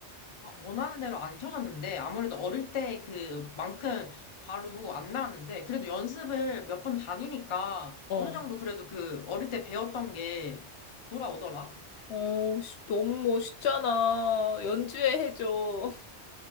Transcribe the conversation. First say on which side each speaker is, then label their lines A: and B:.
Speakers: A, on the left; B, on the left.
A: 아, 원하는 대로 안 켜졌는데, 아무래도 어릴 때 그만큼 바로 안 나왔는데, 그래도 연습을 몇 번 다니니까,
B: 어.
A: 어느 정도 그래도 그 어릴 때 배웠던 게 돌아오더라?
B: 어, 씨, 너무 멋있잖아. 연주해 해줘.